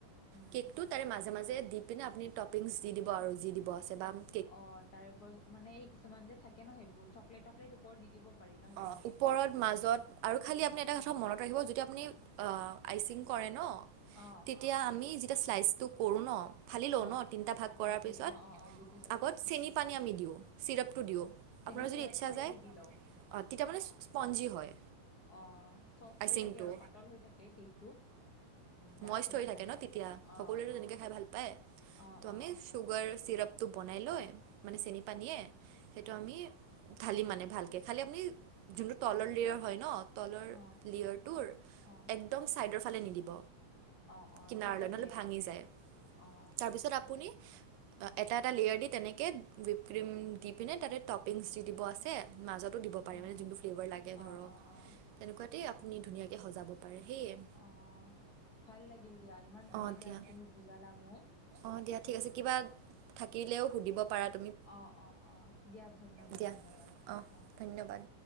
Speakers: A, on the left; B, on the right.
A: উম
B: কেকটো তাৰে মাজে মাজে- ইপিনে আপুনি টপিংছ দি দিব আৰু যি দিব আছে বাম-
A: অ' তাৰে ওপত মানে এই কিছুমান যে থাকে ন সেইবোৰ, চকলেট টকলেট ওপৰত দি দিব পাৰি ন সেইখিনিয়ে।
B: অঁ ওপৰত মাজত। আৰু খালী আপুনি এটা কথা মনত ৰাখিব, যদি আপুনি অঁ আইচিং কৰে ন, -
A: অঁ'
B: তেতিয়া আমি যেতিয়া শ্লাইচটো কৰোঁ ন, ফালি লওঁ
A: অ
B: ন তিনিটা ভাগ
A: কাটি
B: কৰাৰ
A: কাটি
B: পিছত
A: অ অ অ বুজিছো
B: আগত- চেনি পানী আমি দিওঁ, চিৰপটো দিওঁ।
A: চেনি
B: আপোনাৰ
A: চিৰাপটো
B: যদি ইচ্ছা
A: আগতে
B: যায়
A: দি লওঁ।
B: অঁ তেতিয়া মানে স্পঞ্জী হয়।
A: অঁ চফ্ট
B: আইচিংটো
A: হৈ থাকে আৰু পাতল হৈ থাকে কেকটো। উম ডাঠ
B: ময়ষ্টৰি
A: হৈ নাথাকে
B: থাকে ন তেতিয়া, সকলোৱে
A: অ
B: তেনেকে খাই ভাল পায়। ত'
A: অ
B: আমি-
A: অ অ
B: চুগাৰ চিৰাপটো বনাই লৈ মানে চেনি পানীয়ে, সেইটো আমি- ঢালিম মানে ভালকে, খালি আপুনি যোনটো তলৰ লয়ৰ হয় ন- তলৰ
A: অ
B: লিয়ৰটোৰ
A: অ
B: একদম ছাইডৰ ফালে নিদিব।
A: অ অ
B: কিনাৰলৈ
A: ঠিক আছে
B: নহ'লে ভাঙি যায়।
A: অ
B: তাৰপিছত আপুনি- এটা এটা লেয়াৰ দি তেনেকে বি ক্ৰীম দি পিনে তাতে টপিংছ দি দিব আছে মাজত- দিব পাৰে
A: অ
B: মানে যোনটো ফ্লেভাৰ লাগে
A: অ
B: ধৰক,
A: অ অ
B: তেনেকুৱাতেই আপুনি ধুনীয়াকে সজাব পাৰে। সেয়ে-
A: অঁ' ভাল লাগিল দিয়া। ইমান ধুনীয়াকে
B: অ দিয়া
A: তুমি বুজালা মোক।
B: অ দিয়া ঠিক আছে কিবা থাকিলেও সুধিব পাৰাত-
A: অঁ অঁ অঁ দিয়া ধন্যবাদ
B: দিয়া
A: ধন্যবাদ, অঁ।
B: ধন্যবাদ।